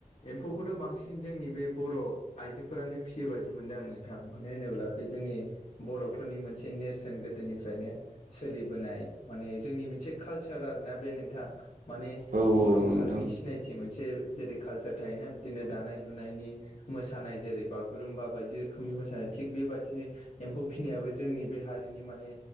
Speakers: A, on the left; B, on the right.
A: एम्फौ खौथ' बांसिन जोंनि बे बर' आइजोफोरानो फिसियो बायदि मोनदों आं नोंथां मानो होनोब्ला बे जोंनि बर'फोरनि मोनसे नेरसोन गोदोनिफ्रायनो सोलिबोनाय माने जोंनि मोनसे कालचार आरोना बे नोंथां माने
B: औ
A: बर'
B: औ
A: माहारिनि
B: नोंथां
A: सिनायथि मोनसे जेरै कालसार थायोना बिदिनो दानाय लुनायनि मोसानाय जेरै बागुरुम्बा बायदि रोखोमनि मोसानाय थिग बेबायदिनो एम्फौ फिसिनायाबो जोंनि बे हारिनि माने